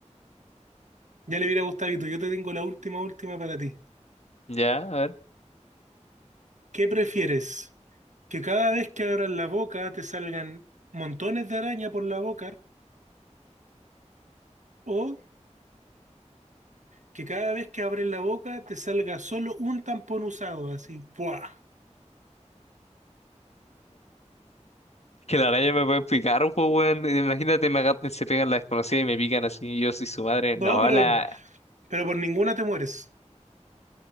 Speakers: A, on the right (about 75°); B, on the left (about 60°).
A: Ya le hubiera gustado, Gustavito. Yo te tengo la última, última para ti.
B: ya, a ver.
A: ¿Qué prefieres? ¿Que cada vez que abras la boca te salgan montones de araña por la boca? ¿O que cada vez que abres la boca te salga solo un tampón usado? Así, ¡buah!
B: Que la araña me puede picar, pues, weón. Imagínate, me agar- se pegan las desconocidas y me pican así. y Yo soy su madre.
A: No,
B: No,
A: pero,
B: la,
A: pero por ninguna te mueres.